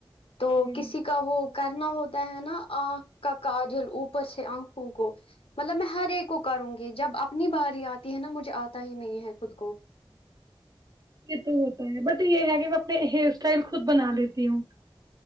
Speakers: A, on the left; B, on the right.
A: تو
B: ہوں
A: کسی کا وہ کرنا ہوتا ہے نا آنکھ کا کاجل اوپر سے آنکھوں کو مطلب میں ہر ایک کو کروں گی یہ جب اپنی باری آتی ہے نا مجھے آتا ہی نہیں ہے خود کو
B: یہ تو ہوتا ہے بٹ یہ ہے کہ میں اپنے ہیئر اسٹائل خود بنا لیتی ہوں